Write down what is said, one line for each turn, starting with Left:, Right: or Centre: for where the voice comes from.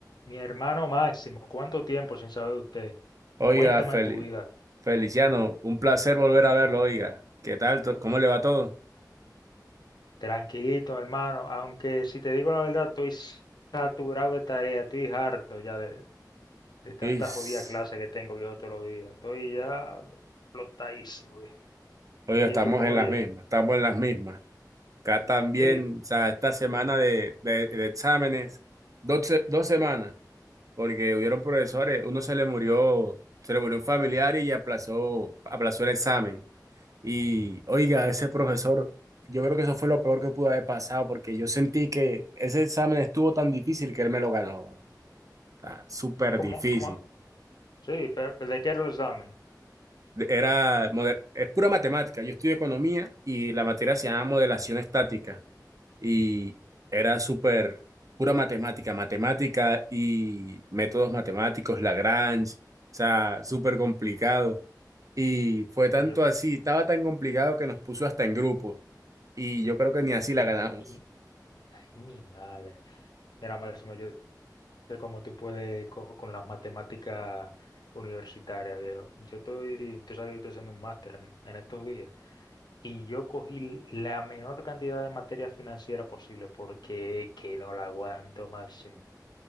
Left: Mi hermano Máximo, ¿cuánto tiempo sin saber de usted?
Right: Oiga,
Left: Cuéntame
Right: Fel-
Left: tu vida.
Right: Feliciano, un placer volver a verlo, oiga. ¿Qué tal? to- ¿Cómo le va todo?
Left: Tranquilito, hermano, aunque si te digo la verdad, estoy saturado de tarea, estoy harto ya de, de tanta
Right: Is,
Left: jodida clase que tengo yo todos los días. Estoy ya flotadísimo, viejo.
Right: Oiga,
Left: ¿Y
Right: estamos
Left: tú cómo
Right: en
Left: lo
Right: las
Left: llevas?
Right: mismas, estamos en las mismas. Acá también,
Left: Sí,
Right: o sea, esta semana de, de- de exámenes, dos, se- dos semanas, porque hubieron profesores, uno se le murió, se le murió un familiar y aplazó, aplazó el examen. Y, oiga, ese profesor, yo creo que eso fue lo peor que pudo haber pasado, porque yo sentí que ese examen estuvo tan difícil que él me lo ganó. O sea, súper
Left: ¿cómo,
Right: difícil.
Left: cómo? Sí, pero, pero ¿de qué era el examen?
Right: Era, mode- es pura matemática. Yo estudié economía y la materia se llama modelación estática y era súper pura matemática, matemática y métodos matemáticos, Lagrange, o sea, súper complicado. Y fue tanto
Left: Oye,
Right: así, estaba tan complicado que nos puso hasta en grupo y yo creo que ni así la
Left: ay
Right: ganamos.
Left: mi, ay, mi madre. Mira, Máximo, yo sé cómo tú puedes co- con, las matemáticas universitarias, viejo. Yo estoy, tú sabes que yo estoy haciendo un máster en, en estos días y yo cogí la menor cantidad de materia financiera posible porque es que no la aguanto máximo.